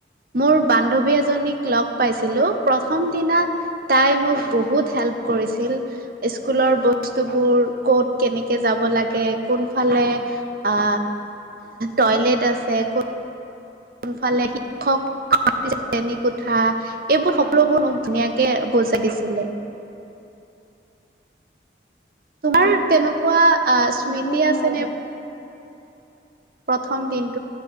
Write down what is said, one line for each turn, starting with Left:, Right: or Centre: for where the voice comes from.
Right: মোৰ বান্ধৱী এজনীক লগ পাইছিলো প্ৰথম দিনাত তাই মোক বহুত হেল্প হেল্প কৰিছিল স্কুলৰ বস্তুবোৰ ক'ত কেনেকে যাব লাগে কোনফালে আ, টয়লেট আছে <unintelligible> সোফালে শিক্ষক চেনী কোঠা এইবোৰ সকলোবোৰ মোক ধুনীয়াকে বুজাই দিছিলে। <inaudible> তোমাৰ
Left: অ
Right: তেনেকুৱা আ, স্মৃতি
Left: বহুত
Right: আছে
Left: মৰম
Right: নে? প্ৰথম দিন